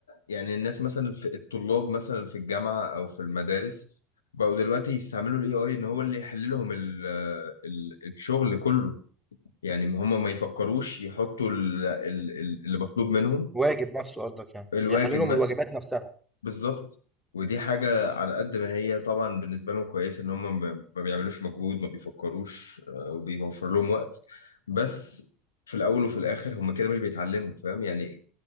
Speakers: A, on the left; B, in the centre.
A: يعني الناس مثلا في الطلاب مثلا في الجامعه او في المدارس بقوا دلوقتي يستعملوا الاي اي ان هو اللي يحل لهم ال... ال... الشغل كله يعني هم ما يفكروش يحطوا ال... ال... ال- اللي مطلوب منهم
B: الواجب نفسه قصدك يعني
A: الواجب
B: بيحللهم
A: مثلا
B: الواجبات نفسها
A: بالظبط ودي حاجة على قد ما هي طبعا بالنسبة لهم كويسة إن هم ما ما بيعملوش مجهود ما بيفكروش آه، وبيوفر لهم وقت بس في الأول وفي الآخر هم كده مش بيتعلموا فاهم يعني